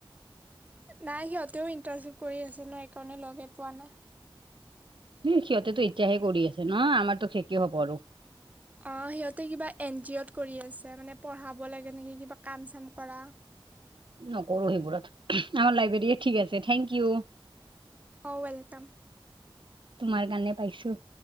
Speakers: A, on the right; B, on the right.
A: নাই সিহঁতেও ইন্টাৰ্ণশ্বিপ কৰি আছে ন একাৰণে লগে পোৱা নাই।
B: সে সিহঁতেতো এতিয়াহে কৰি আছে ন আমাৰতো শেষে হ'ব আৰু
A: অ সিহঁতে কিবা এন জি অ'ত কৰি আছে মানে পঢ়াব লাগে নেকি কিবা কাম চাম কৰা
B: নকৰো সেইবোৰত আমাৰ লাইব্ৰেৰিয়ে ঠিক আছে থেংক ইউ।
A: অ ৱেলকাম।
B: তোমাৰ কাৰণে পাইছো